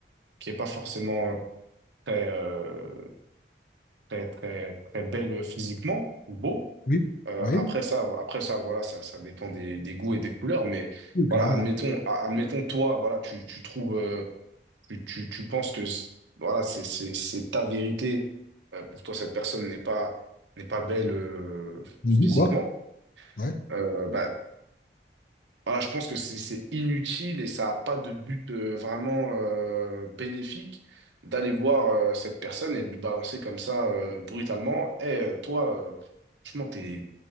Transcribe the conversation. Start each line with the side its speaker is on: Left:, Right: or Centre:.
Right: qui est pas forcément euh, très, euh, très, très, très belle physiquement, ou beau.
Left: Oui,
Right: Euh,
Left: oui,
Right: après ça, après ça, voilà, ça, ça dépend des, des goûts et des couleurs, mais
Left: oui, clairement.
Right: voilà, admettons, a- admettons, toi, voilà, tu, tu trouves, euh, tu, tu, tu penses que voilà, c'est, c'est, c'est ta vérité. Euh, pour toi, cette personne n'est pas, n'est pas belle euh,
Left: Du
Right: physiquement.
Left: coup, quoi? Ouais.
Right: Euh, bah, voilà, je pense que c'est c'est inutile et ça n'a pas de but euh, vraiment euh, bénéfique d'aller voir euh, cette personne et de lui balancer comme ça euh, brutalement. Eh, toi, euh, franchement, t'es,